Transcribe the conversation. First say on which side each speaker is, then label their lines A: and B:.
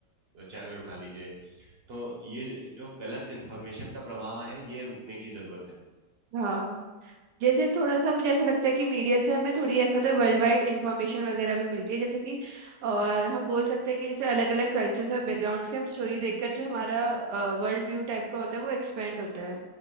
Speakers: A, on the right (about 45°); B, on the right (about 75°).
A: चैनल उठा लीजिए तो ये जो गलत इन्फॉर्मेशन का प्रवाह है ये रुकने की जरूरत है
B: हाँ जैसे थोड़ा सा मुझे ऐसा लगता है कि मीडिया से हमें थोड़ी ऐसा होता है वर्ल्ड वाइड इंफॉर्मेशन वगैरह भी मिलती है जैसे कि अ, हम बोल सकते हैं कि जैसे अलग अलग कल्चर्स और बैकग्राउंड्स की हम स्टोरी देखकर जो हमारा वर्ल्ड व्यू टाइप का होता है वो एक्सपेंड होता है